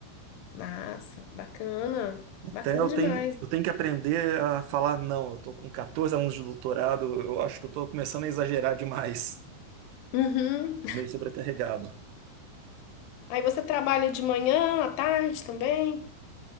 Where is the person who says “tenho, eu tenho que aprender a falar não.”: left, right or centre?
Right